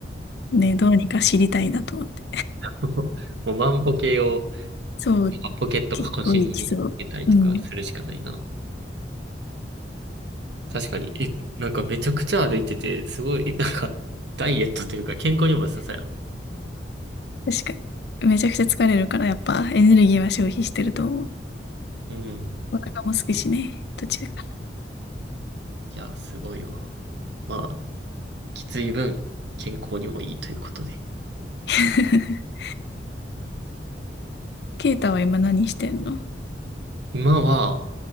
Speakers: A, on the left; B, on the right.
A: ね、どうにか知りたいなと思って。
B: <laughs> もう万歩計を
A: そう、
B: ポケットが腰に入れたりとかするしかないな。
A: 結構行きそう。うん。
B: 確かに、え、なんかめちゃくちゃ歩いてて、すごい、<laughs> なんか、ダイエットというか健康にも良さそうやな。
A: 確かに。めちゃくちゃ疲れるから、やっぱエネルギーは消費してると思う。
B: うん。い
A: お腹も空くしね、途中から。
B: や、すごいわ。まあ、きつい分、健康にもいいということで。
A: <laughs> ケイタは今何してんの
B: 今は、